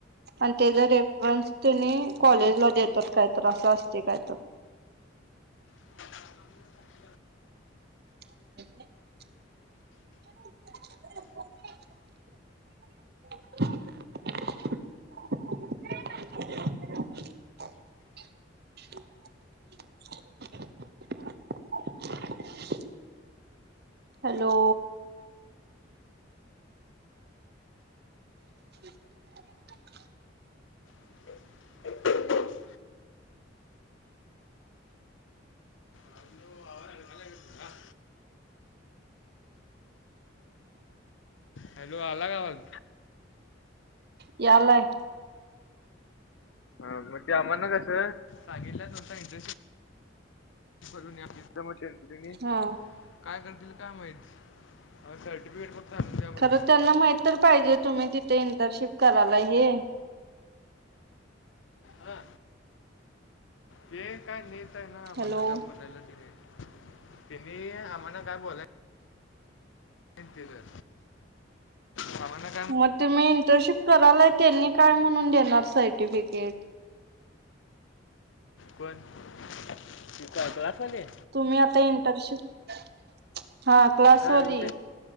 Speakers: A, on the right; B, on the left.
A: आणि त्याचा रेफरन्स तने कॉलेजला देतात काय तर असं असते काय तर.
B: ह <inaudible>
A: <inaudible> <unintelligible> <inaudible> <unintelligible> <inaudible> <inaudible> हॅलो! <unintelligible>
B: <unintelligible> <unintelligible> अ आज बला यत. हॅलो अलाकाआवाज.
A: यालाय.
B: ह मग ते आम्हाला कसं सांगित नसता इंटरेस्टिंग. भरून या बिधम चंतिने.
A: हा
B: काय करतील काय माहीित सर्टिफिकेट फक्त आणून द्या म्हणले
A: खरं त्यांना माहित तर पाहिजे तुम्ही तिथे इंटर्नशिप करायला हे.
B: हा. ते काय नेत आहे ना आम्हाांना
A: हॅलो
B: काय बोलायला तिने तिने आम्हाना काय बोलाय. तेच दील सामानच.
A: मग तुम्ही इंटर्नशिप करालाय त्यांनी काय म्हणून देणार सर्टिफिकेट
B: कोण तिथटलवाले
A: तुम्ही आता इंटर्नशिप हा क्लासवरली.
B: हा मग